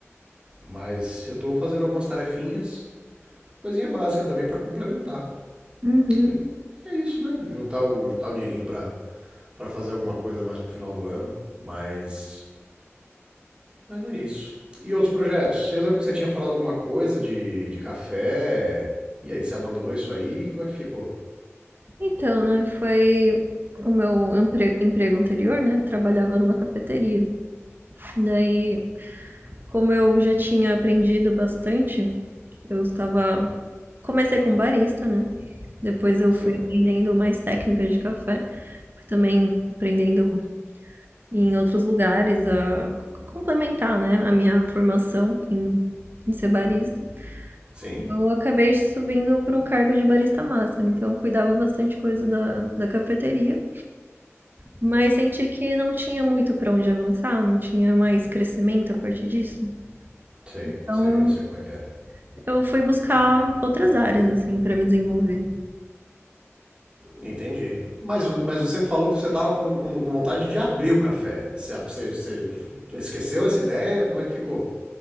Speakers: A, on the right; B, on the right.
A: Mas eu estou fazendo algumas tarefinhas, coisinha básica também para complementar.
B: uhum.
A: Aí é isso, né? Juntar o, juntar o dinheirinho para para fazer alguma coisa mais pro final do ano, mas mas é isso. E outros projetos? Eu lembro que você tinha falado alguma coisa de, de café. E aí, você abandonou isso aí? Como é que ficou?
B: Então, né? Foi o meu empre- emprego anterior, né? Trabalhava numa cafeteria. Daí, como eu já tinha aprendido bastante Eu estava. Comecei com barista, né? Depois eu
A: Sim,
B: fui aprendendo mais técnicas de café. Fui também aprendendo em outros lugares a c- complementar, né? A minha formação em, em ser barista.
A: sim,
B: Eu acabei subindo para o cargo de barista master, então eu cuidava bastante coisa da, da cafeteria. Mas senti que não tinha muito para onde avançar, não tinha mais crescimento a partir disso.
A: sei,
B: Então
A: sei, eu sei como é que é.
B: eu fui buscar outras áreas, assim, para me desenvolver.
A: Entendi. Mas, o- mas você me falou que você tava com, com, com vontade de abrir o café. Você, você, você esqueceu essa ideia? Como é que ficou?